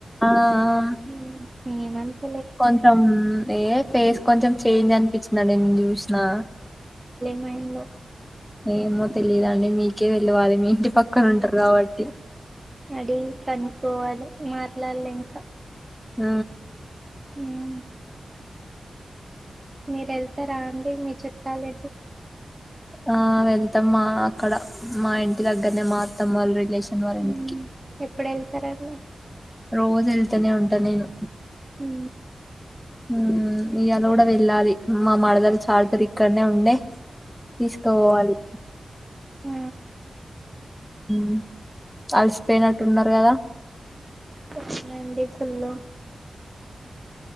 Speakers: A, in the centre; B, on the right (about 20°).
A: ఆ ఆ
B: మ్ ఏమన్త్
A: కొంచెం ఏ ఫేస్ కొంచెం చేంజ్ అనిపించింది అండి నేను చూసినా
B: మైండ్లో
A: ఏమో తెలిదు అండి మీకే తెలివాలి మీ ఇంటి పక్కన ఉంటరు కాబట్టి
B: అడిగి కనుకోవాలి మాట్లాడలే ఇంకా
A: ఉ
B: ఉమ్ మీరు వెళ్తారా అండి మీ చుట్టాల ఇంటి
A: ఆ వెళ్తాం మా అక్కడ మా ఇంటి దగ్గరనే మాఅత్త వాళ్ళు రిలేషన్ వాళ్ళ
B: మ్
A: ఇంటికి
B: ఎప్పుడు వెళ్తార్ అండి
A: రోజు వెళ్తనే ఉంటా నేను
B: ఉ
A: ఉమ్ ఇయ్యాలా గూడా వెళ్ళాలి మా మరదల్ చార్జర్ ఇక్కడనే ఉండే తీసకపోవాలి
B: ఉ
A: మ్ అలసిపోయినట్టు ఉన్నారు గదా
B: వచ్చి నండి ఇంతల్లో